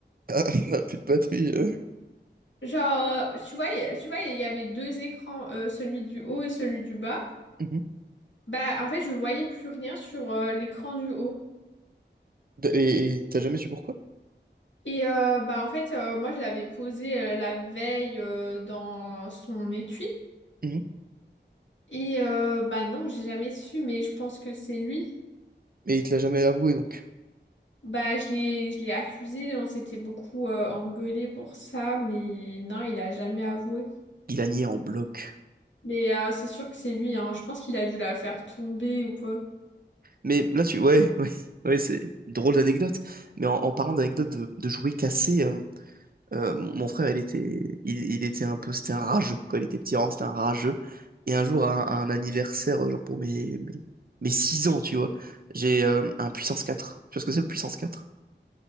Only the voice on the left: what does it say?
Genre, euh, tu vois, il y a- tu vois, il y avait deux écrans, euh, celui du haut et celui du bas.
Bah, en fait, je voyais plus rien sur euh, l'écran du haut.
Et euh, bah, en fait, euh, moi, je l'avais posé euh, la veille euh, dans son étui.
Et euh, bah, non, j'ai jamais su, mais je pense que c'est lui.
Bah, je l'ai, je l'ai accusé, on s'était beaucoup euh, engueulé pour ça, mais non, il a jamais avoué.
Mais euh, c'est sûr que c'est lui, hein. Je pense qu'il a dû la faire tomber ou quoi.